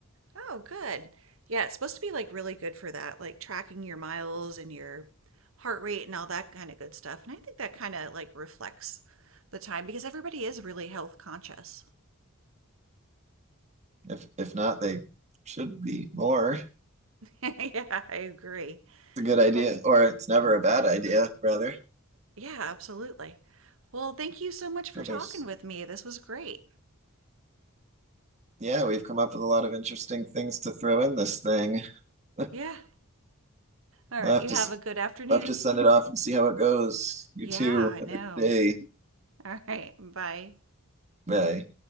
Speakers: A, on the right (about 65°); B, on the right (about 30°).
A: Oh, good. Yeah, it's supposed to be like really good for that, like tracking your miles and your heart rate and all that kind of good stuff. And I think that kind of like reflects the time because everybody is really health conscious. <laughs>
B: If if not, they should be more. It's
A: Yeah, I agree.
B: a good idea,
A: Well,
B: or it's never a bad idea, rather.
A: yeah, absolutely. Well, thank you so much for
B: But
A: talking
B: there's,
A: with me. This was great.
B: yeah, we've come up with a lot of interesting things to throw in this thing. <laughs>
A: Yeah. All
B: We'll
A: right.
B: have
A: You
B: to
A: have
B: s-
A: a good afternoon.
B: we'll have to send it off and see how it goes. You
A: Yeah,
B: too.
A: I
B: Have
A: know.
B: a good day.
A: All right. Bye.
B: Bye.